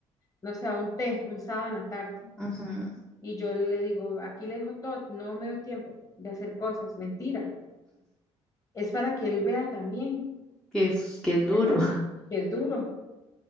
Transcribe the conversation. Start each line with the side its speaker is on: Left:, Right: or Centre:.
Left: no sé, a un té, un sábado en la tarde,
Centre: Ujú,
Left: y yo le digo, aquí le dejo todo, no me dio tiempo de hacer cosas, mentira. Es para que él vea también,
Centre: Que es, que es duro.
Left: ¿verdad? Que es duro.